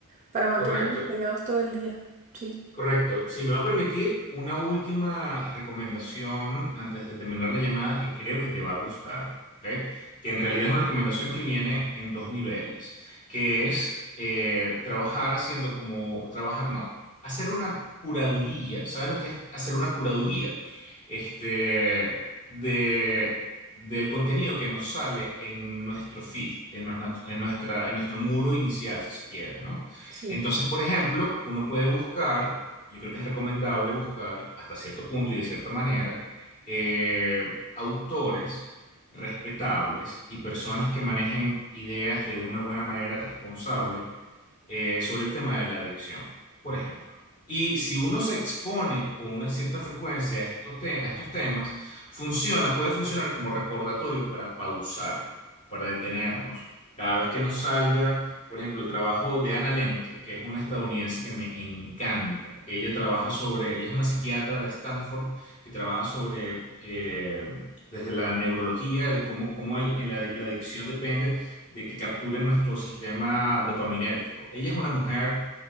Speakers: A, on the right (about 35°); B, on the left (about 35°).
A: para mantenernos
B: Correcto.
A: pegados todo el día. Sí.
B: Correcto. Si me va a permitir una última recomendación antes de terminar la llamada que creo que te va a gustar, ¿ok? Que en realidad es una recomendación que viene en dos niveles, que es eh, trabajar haciendo como, trabajar no, hacer una curaduría, ¿sabes lo que es hacer una curaduría? Este, de, del contenido que nos sale en nuestro feed, en, nuestra- en, nuestra, en nuestro muro inicial, si se quiere, ¿no?
A: Sí.
B: Entonces, por ejemplo, uno puede buscar yo creo que es recomendable buscar hasta cierto punto y de cierta manera eh, autores respetables y personas que manejen ideas de una buena manera responsable eh, sobre el tema de la adicción, por ejemplo. Y si uno se expone con una cierta frecuencia a estos, te- a estos temas, funciona, puede funcionar como recordatorio para pausar, para detenernos. Cada vez que nos salga, por ejemplo, el trabajo de Anna Lemke, que es una estadounidense que me encanta, que ella trabaja sobre, ella es una psiquiatra de Stanford que trabaja sobre, eh, desde la neurología, de cómo, cómo el- en la la adicción depende de que capturen nuestro sistema dopaminérgico. Ella es una mujer